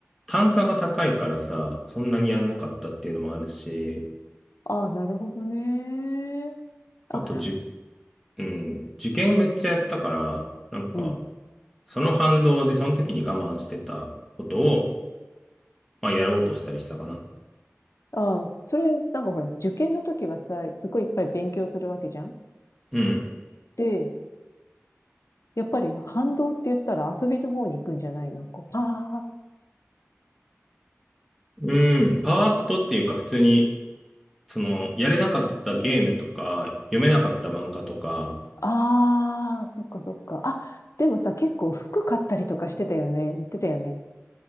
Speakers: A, in the centre; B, on the left (about 80°).
A: 単価が高いからさ、そんなにやんなかったっていうのもあるし、
B: ああ、なるほどね。あ、
A: あと、じゅ、うん、受験めっちゃやったから、なんか、
B: うん。
A: その反動でその時に我慢してたことを、まあ、やろうとしたりしたかな。
B: ああ、それ、なんかほら、受験の時はさ、すごいいっぱい勉強するわけじゃん。
A: うん。
B: で、やっぱり反動って言ったら遊びの方に行くんじゃないのこう、パー。
A: うん、パーッとっていうか、普通に、その、やれなかったゲームとか、読めなかった漫画とか、
B: ああ、そっかそっか。あ、でもさ、結構服買ったりとかしてたよね。言ってたよね。